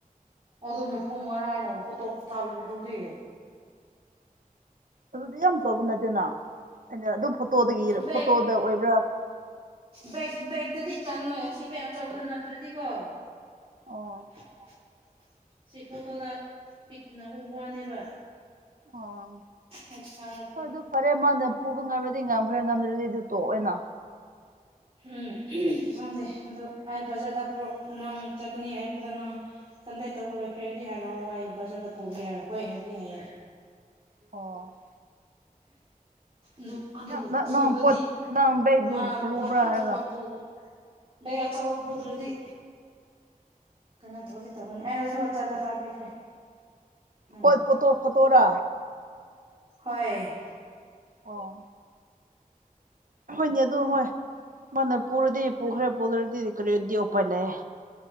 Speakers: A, on the right (about 40°); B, on the right (about 65°).
A: ꯑꯗꯨ ꯃꯄꯨꯝ ꯉꯔꯥ ꯑꯩꯅ ꯑꯃꯨꯛ ꯐꯣꯇꯣ ꯐꯊꯥꯕꯤꯕꯗꯨꯗꯤ
B: ꯑꯗꯨꯗꯤ ꯌꯥꯝ ꯆꯥꯎꯕ ꯅꯠꯇꯦꯅ ꯑꯩꯅ ꯑꯗꯨꯝ ꯐꯣꯇꯣꯗꯒꯤ
A: ꯕꯦꯛ
B: ꯐꯣꯇꯣꯗ ꯑꯣꯏꯕ꯭ꯔꯥ
A: ꯕꯦꯛ ꯕꯦꯛꯇꯗꯤ ꯆꯜꯂꯣꯏ ꯑꯁꯤ ꯕꯦꯛ ꯑꯆꯧꯕꯗ ꯅꯠꯇ꯭ꯔꯗꯤꯀꯣ
B: ꯑꯣ
A: ꯑꯣ ꯁꯤ ꯐꯣꯇꯣꯗ ꯄꯤꯛꯅ ꯎꯕ ꯋꯥꯅꯦꯕ
B: ꯑꯣ
A: ꯑꯩ ꯊꯥꯔꯛꯀꯦ
B: ꯍꯣꯏ
A: ꯑꯗꯣ
B: ꯑꯗꯨ ꯐꯔꯦ ꯃꯥꯅ ꯄꯨꯕ ꯉꯝꯔꯗꯤ ꯉꯝꯈ꯭ꯔꯦ ꯉꯝꯗ꯭ꯔꯗꯤ ꯑꯗꯨ ꯇꯣꯑ‌ꯦꯅ
A: ꯎꯝ ꯈꯪꯗꯦ ꯑꯗꯨ ꯑꯩ ꯕꯖꯥꯔꯗ ꯄꯨꯔꯛ ꯅꯪ ꯆꯠ ꯀꯅꯤ ꯍꯥꯏꯕꯗ ꯅꯪ ꯀꯟꯇꯦꯠ ꯇꯧꯕ ꯂꯣꯏꯈ꯭ꯔꯦꯗꯤ ꯍꯥꯏꯔꯑꯣ ꯑꯩ ꯕꯖꯥꯔꯗ ꯄꯨꯕꯤꯒꯦ ꯍꯥꯏꯔꯑꯣ ꯍꯣꯏ ꯍꯥꯏꯕꯗꯤ ꯍꯥꯏꯌꯦ
B: ꯑꯣ
A: ꯅꯨꯞ ꯑꯗꯨꯕꯨ
B: ꯅꯪ
A: ꯆꯨꯕꯗꯤ
B: ꯅꯪ ꯄꯣꯠ ꯅꯪ ꯕꯦꯛ
A: ꯃꯥ
B: ꯂꯨ ꯂꯨꯕ꯭ꯔꯥ
A: ꯄꯣꯠ ꯑꯇꯣꯞꯄ
B: ꯍꯥꯏꯔꯒ
A: ꯄꯨ ꯕꯦ ꯑꯆꯧꯕ ꯄꯨꯗ꯭ꯔꯗꯤ ꯀꯩꯅꯣ ꯊꯧꯗꯤ ꯇꯧꯒꯅꯤ ꯑꯩ ꯍꯨꯖꯤꯋꯥ ꯆꯥꯗ ꯊꯥꯕꯤꯈ꯭ꯔꯦ ꯅꯪꯕꯨ
B: ꯄꯣꯠ ꯐꯣꯠꯇꯣ ꯐꯠꯇꯣꯔꯥ
A: ꯍꯣꯏ
B: ꯑꯣ ꯍꯣꯏꯅꯦ ꯑꯗꯣ ꯍꯣꯏ ꯃꯅꯥ ꯄꯨꯔꯗꯤ ꯄꯨꯈ꯭ꯔꯦ ꯄꯨꯗ꯭ꯔꯗꯤ ꯀꯔꯤꯗꯤ ꯑꯨꯄꯥꯏ ꯂꯩꯌꯦ